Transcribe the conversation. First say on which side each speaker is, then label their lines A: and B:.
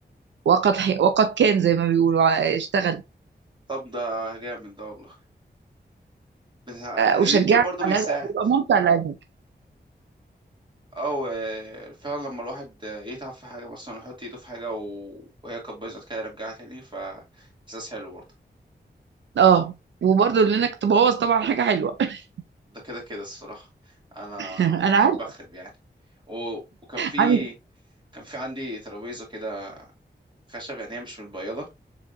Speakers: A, on the right; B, on the right.
A: وقد حي... وقد كان زي ما بيقولوا ع- اشتغل
B: طب ده جامد ده والله بس
A: آه،
B: اليوتيوب
A: اشجعك
B: برضه بيساعد
A: على هذا بيبقى ممتع لعينك
B: او آه، فعلا لما الواحد آه، يتعب في حاجه مثلا يحط ايده في حاجه و- وهي كانت بايظه كده يرجعها تاني ف احساس حلو برضه
A: اه وبرضه لانك تبوظ طبعا حاجه حلوه <laughs>
B: ده كده كده الصراحه انا
A: انا
B: بحب
A: عارف
B: اخرب يعني و... وكان في
A: عن
B: كان في عندي ترابيزه كده خشب يعني هي مش متبيضه